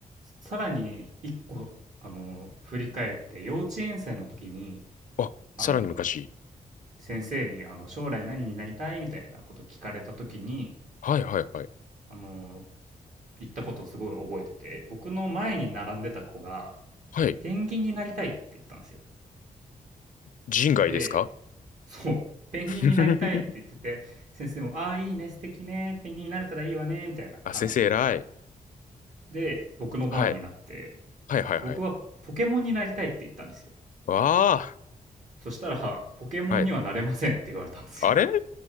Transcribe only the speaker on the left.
あ、
さらに昔。
はいはいはい。
はい。
人外ですか
<laughs> あ、先生偉い。
はい。はいはいはい。
わあ。
はい。あれ